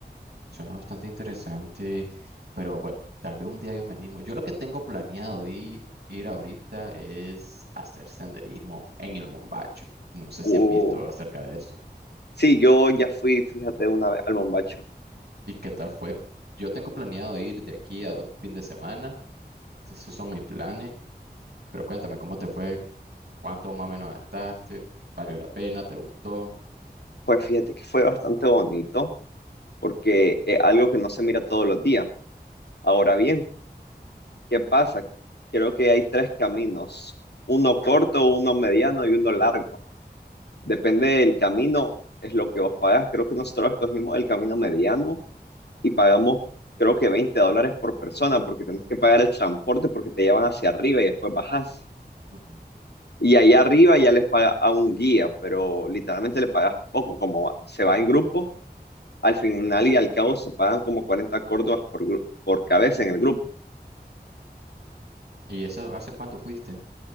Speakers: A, on the right (about 70°); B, on the left (about 75°).
A: Suena bastante interesante, pero bueno, tal vez un día yo me animo. Yo lo que tengo planeado ir, ir ahorita es hacer senderismo en el Mombacho. No sé si
B: Uh,
A: has visto acerca de eso.
B: sí, yo ya fui, fíjate, una vez al Bombacho.
A: ¿Y qué tal fue? Yo tengo planeado ir de aquí a dos fines de semana. Esos son mis planes. Pero cuéntame, ¿cómo te fue? ¿Cuánto más o menos gastaste? ¿Valió la pena? ¿Te gustó?
B: Pues fíjate que fue bastante bonito porque es algo que no se mira todos los días. Ahora bien, ¿qué pasa? Creo que hay tres caminos, uno corto, uno mediano y uno largo. Depende del camino, es lo que vos pagas. Creo que nosotros escogimos el camino mediano y pagamos creo que 20 dólares por persona porque tenés que pagar el transporte porque te llevan hacia arriba y después bajás.
A: Ujú.
B: Y allá arriba ya les paga a un guía, pero literalmente le pagas poco, como va- se va en grupo, al final y al cabo se pagan como 40 córdobas por, gru- por cabeza en el grupo.
A: ¿Y eso hace cuánto fuiste?